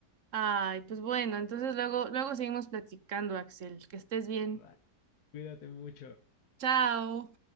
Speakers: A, on the right; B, on the left.
A: Ay, pues bueno, entonces luego, luego seguimos platicando, Axel. Que estés bien.
B: Vale, cuídate mucho.
A: Chao.